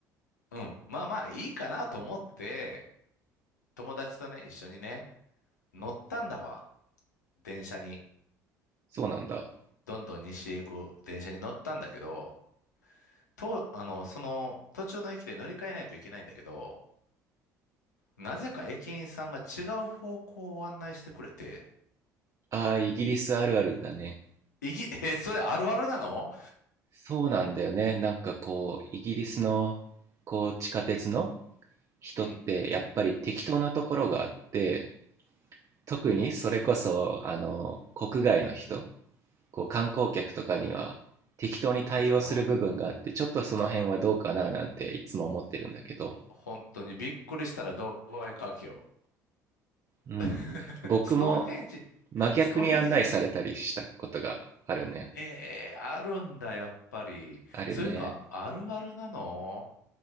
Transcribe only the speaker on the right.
そうなんだ。
ああ、イギリスあるあるだね。
そうなんだよね。なんかこう、イギリスの、こう、地下鉄の人って、
やっぱり適当なところがあって、特にそれこそ、
あの、国外の人、こう、観光客とかには、適当に対応する部分があって、
ちょっとその辺はどうかななんていつも思ってるんだけど、
うん。
僕も
真逆に案内されたりしたことがあるね。
あるね。